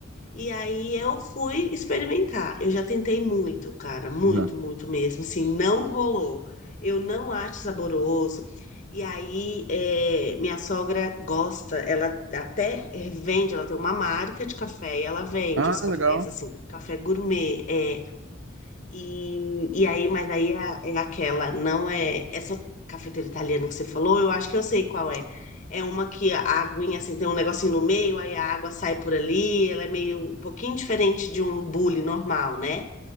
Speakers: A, on the left; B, on the right.
A: E aí eu fui experimentar. Eu já tentei muito, cara, muito,
B: Uhum.
A: muito mesmo. Assim, não rolou. Eu não acho saboroso. E aí, é, minha sogra gosta, ela até vende, ela tem uma marca de café e ela vende
B: Ah,
A: os cafés,
B: legal.
A: assim, café gourmet. é, e, e aí, mas aí é, é aquela, não é essa cafeteira italiana que você falou, eu acho que eu sei qual é. É uma que a aguinha assim tem um negocinho no meio, aí a água sai por ali, ela é meio um pouquinho diferente de um bule normal, né?